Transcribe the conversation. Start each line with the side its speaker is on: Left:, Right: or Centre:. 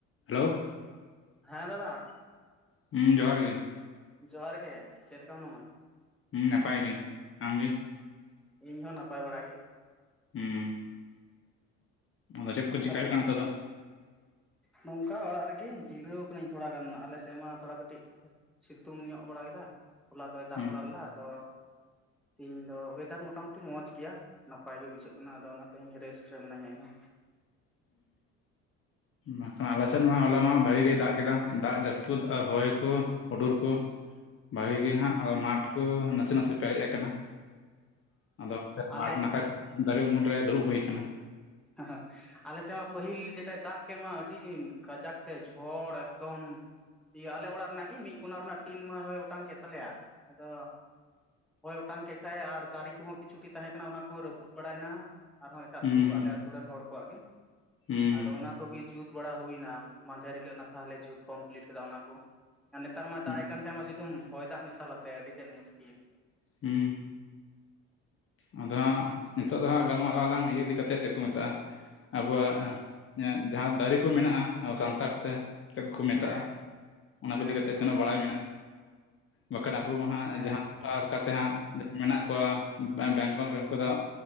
Left: Hello.
Centre: ᱦᱮᱸ ᱫᱟᱫᱟ
Left: ᱦᱩᱸ ᱡᱚᱦᱟᱨ ᱜᱮ᱾
Centre: ᱡᱚᱦᱟᱨ ᱜᱮ ᱪᱮᱫ ᱞᱮᱠᱟ ᱢᱱᱟᱢᱟ?
Left: ᱦᱮᱸ ᱱᱟᱯᱟᱭ ᱜᱮ ᱟᱢ ᱜᱮ
Centre: ᱚ ᱤᱧ ᱦᱚᱸ ᱱᱟᱯᱟᱭ ᱵᱟᱲᱟ ᱜᱮ
Left: ᱦᱮᱸ᱾ ᱟᱫᱚ ᱪᱮᱫ ᱠᱚ ᱪᱮᱤᱠᱠᱟ
Centre: ᱛᱟᱦᱚᱞᱮ
Left: ᱦᱩᱭᱩᱜ ᱠᱟᱱᱟ ᱱᱤᱛᱚᱜ ᱫᱚ?
Centre: ᱱᱚᱝᱠᱟ ᱚᱲᱟᱜ ᱨᱮᱜᱮ ᱡᱤᱨᱟᱹᱣ ᱠᱟᱹᱹᱧ ᱛᱷᱚᱲᱟ ᱜᱟᱱ ᱟᱞᱮ ᱥᱮᱫ ᱢᱟ ᱛᱷᱚᱲᱟ ᱠᱟᱹᱴᱤᱡᱼᱼ ᱥᱤᱛᱩᱝ ᱧᱚᱜ ᱵᱟᱲᱟ ᱠᱮᱫᱟ ᱦᱚᱞᱟ ᱫᱚᱭ ᱫᱟᱜ
Left: ᱦᱩᱸ
Centre: ᱵᱟᱲᱟ ᱞᱮᱫᱟ ᱟᱫᱚᱼᱼ ᱛᱮᱦᱮᱧ ᱫᱚ ᱚᱭᱮᱫᱟᱨ ᱢᱚᱴᱟ ᱢᱩᱩᱴᱤ ᱢᱚᱸᱡᱽ ᱜᱮᱭᱟ᱾ ᱱᱟᱯᱟᱭ ᱜᱮ ᱵᱩᱡᱷᱟᱹᱜ ᱠᱟᱱᱟ ᱟᱫᱚ ᱚᱱᱟᱛᱮ ᱨᱮᱥᱴ ᱨᱮ ᱢᱱᱟᱹᱧᱟ ᱤᱧᱚᱸ,
Left: ᱦ ᱵᱟᱠᱷᱟᱱ ᱟᱞᱮ ᱥᱮᱫ ᱢᱟ ᱦᱚᱞᱟ ᱢᱟ ᱵᱷᱟᱜᱤ ᱜᱮᱭ ᱫᱟᱜ ᱠᱮᱫᱟ᱾ ᱫᱟᱜ ᱡᱟᱹᱯᱩᱫ ᱟᱨ ᱦᱚᱭ ᱠᱚ ᱦᱩᱰᱩᱨ ᱠᱚ ᱵᱷᱟᱜᱮ ᱜᱮ ᱦᱟᱸᱜ ᱟᱫᱚ ᱢᱟᱴᱷ ᱠᱚ ᱱᱟᱥᱮ ᱱᱟᱥᱮ ᱯᱮᱨᱮᱡ ᱟᱠᱟᱱᱟ᱾ ᱟᱫᱚ
Centre: ᱟᱞᱮ
Left: ᱢᱟᱴ <unintelligible> ᱫᱟᱨᱮ ᱩᱢᱩᱞ ᱨᱮ ᱫᱩᱲᱩᱵ ᱦᱩᱭ ᱠᱟᱱᱟ᱾
Centre: ᱦᱸ ᱦᱸ ᱟᱞᱮᱥᱮᱜ ᱢᱟ ᱯᱟᱹᱦᱤᱞ ᱡᱮᱴᱟ ᱫᱟᱜ ᱠᱮᱜ ᱢᱟ ᱟᱹᱰᱤ ᱠᱟᱡᱟᱠ ᱛᱮ ᱡᱷᱚᱲ ᱮᱠᱫᱚᱢ ᱤᱭᱟᱹ ᱟᱞᱮ ᱚᱲᱟᱜ ᱨᱮᱱᱟᱜ ᱜᱤ ᱢᱤᱜ ᱠᱚᱱᱟ ᱨᱮᱱᱟᱜ ᱴᱤᱱ ᱢᱟᱭ ᱦᱚᱭ ᱚᱴᱟᱝ ᱠᱮᱫ ᱛᱟᱞᱮᱭᱟ ᱟᱫᱚᱼᱼ ᱦᱚᱭ ᱚᱴᱟᱝ ᱠᱮᱜ ᱠᱷᱟᱡ ᱮ ᱟᱨ ᱫᱟᱨᱮ ᱠᱚᱦᱚᱸ ᱠᱤᱪᱷᱩᱴᱤ ᱛᱟᱦᱮᱸ ᱠᱟᱱᱟ ᱚᱱᱟ ᱠᱚᱦᱚᱸ ᱨᱟᱹᱯᱩᱫ ᱵᱟᱲᱟᱭᱱᱟ᱾ ᱟᱨᱦᱚᱸ ᱮᱴᱟᱜ
Left: ᱦᱩᱸ
Centre: ᱠᱩ
Left: ᱦᱩᱸ
Centre: ᱟᱞᱮ ᱟᱛᱳ ᱨᱮᱱ ᱦᱚᱲ ᱠᱚᱣᱟᱜ ᱜᱮ
Left: ᱦᱩᱸ
Centre: ᱟᱫᱚ ᱚᱱᱟ ᱠᱚᱜᱮ᱾ ᱡᱩᱛ ᱵᱟᱲᱟ ᱦᱩᱭᱱᱟ ᱢᱟᱸᱫᱷᱮᱨ ᱦᱤᱞᱳᱜ ᱱᱟᱠᱷᱟ ᱞᱮ ᱡᱩᱛ ᱠᱚᱢᱯᱞᱤᱴ ᱠᱮᱫᱟ ᱚᱱᱟ ᱠᱚ ᱟᱨ ᱱᱮᱛᱟᱨ ᱢᱟᱭ
Left: ᱦᱩᱸ
Centre: ᱫᱟᱜ
Left: ᱦᱩᱸ
Centre: ᱮ ᱠᱟᱱ ᱠᱷᱟᱡ ᱢᱟ ᱥᱤᱫᱩᱢ ᱦᱚᱭ ᱫᱟᱜ ᱢᱮᱥᱟᱞᱟᱛᱮ ᱟᱹᱰᱤ ᱛᱮᱫ ᱢᱩᱥᱠᱤᱞ,
Left: ᱦᱩᱸ᱾ ᱟᱫᱚ ᱦᱟᱸᱜ ᱱᱤᱛᱚᱜ ᱫᱚ ᱦᱟᱸᱜ ᱜᱟᱞᱢᱟᱨᱟᱞᱟᱝ ᱤᱭᱟᱹ ᱤᱫᱤ ᱠᱟᱛᱮᱜ ᱪᱮᱫ ᱠᱚ ᱢᱮᱛᱟᱜᱼᱟ᱾ ᱟᱵᱚᱣᱟᱜ ᱡᱟᱦᱟᱸ ᱫᱟᱨᱮ ᱠᱚ ᱢᱮᱱᱟᱜᱼᱟ ᱟᱵᱚ ᱥᱟᱱᱛᱟᱲ ᱛᱮ ᱪᱮᱫ ᱠᱚᱠᱚ ᱢᱮᱛᱟᱜᱼᱟ?
Centre: ᱦᱮᱸ
Left: ᱚᱱᱟ
Centre: ᱦᱮᱸ
Left: ᱠᱚ ᱤᱫᱤ ᱠᱟᱛᱮᱫ
Centre: ᱦᱮᱸ
Left: ᱛᱤᱱᱟᱹᱜ ᱵᱟᱲᱟᱭ ᱢᱮᱱᱟᱜ ᱵᱟᱠᱷᱟᱱ ᱟᱵᱚ ᱢᱟ ᱦᱟᱸᱜ
Centre: ᱦᱮᱸ
Left: ᱡᱟᱦᱟᱸ ᱴᱟᱨ ᱠᱟᱛᱮ ᱦᱟᱸᱜ ᱡᱟᱦᱟᱸᱭ ᱢᱮᱱᱟᱜ ᱠᱚᱣᱟ ᱵᱮ ᱵᱮᱝᱜᱚᱞ ᱨᱮ ᱩᱱᱠᱩ ᱫᱚᱼᱼ